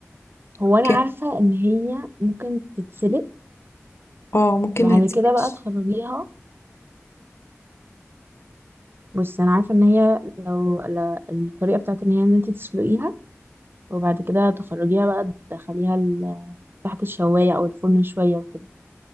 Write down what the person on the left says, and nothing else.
اوكي
اه ممكن
ما تتسلقش